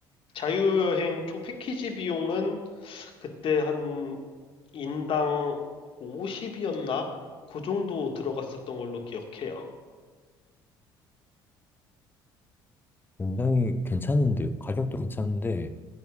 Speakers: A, on the left; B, on the left.
A: 자유여행 총 패키지 비용은 그때 한 인당 50이었나? 그 정도 들어갔었던 걸로 기억해요.
B: 굉장히 괜찮은데요. 가격도 괜찮은데,